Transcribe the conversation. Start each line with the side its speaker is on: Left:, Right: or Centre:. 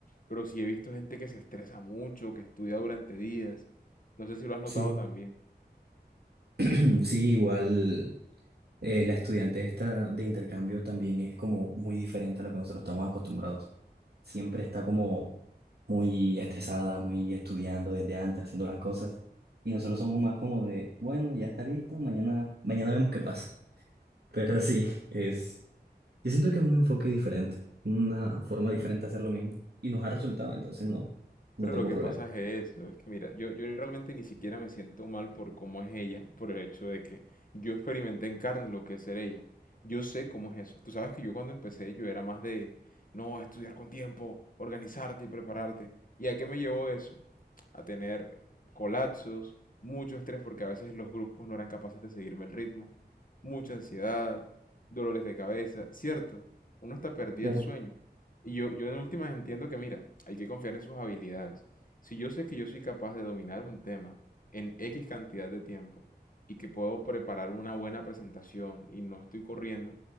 Left: Pero sí he visto gente que se estresa mucho, que estudia durante días. No sé si lo has notado
Right: Sí,
Left: también.
Right: <clears throat> sí, igual eh, la estudiante esta de intercambio también es como muy diferente a lo que nosotros estamos acostumbrados. Siempre está como muy estresada, muy estudiando desde antes, haciendo las cosas. Y nosotros somos más como de, bueno, ya está listo, mañana, mañana vemos qué pasa. <laughs> Pero sí, es, yo siento que es un enfoque diferente, una forma diferente de hacer lo mismo. Y nos ha resultado, entonces no, no
Left: Pero
Right: tengo
Left: lo que
Right: problema.
Left: pasa es eso, es que mira, yo, yo realmente ni siquiera me siento mal por cómo es ella, por el hecho de que yo experimenté en carne lo que es ser ella. Yo sé cómo es eso. Tú sabes que yo cuando empecé yo era más de, no, estudiar con tiempo, organizarte y prepararte. ¿Y a qué me llevó eso? A tener colapsos, mucho estrés porque a veces los grupos no eran capaces de seguirme el ritmo, mucha ansiedad, dolores de cabeza, ¿cierto? Uno hasta perdía
Right: Claro.
Left: el sueño. Y yo, yo en últimas entiendo que, mira, hay que confiar en sus habilidades. Si yo sé que yo soy capaz de dominar un tema en X cantidad de tiempo y que puedo preparar una buena presentación y no estoy corriendo,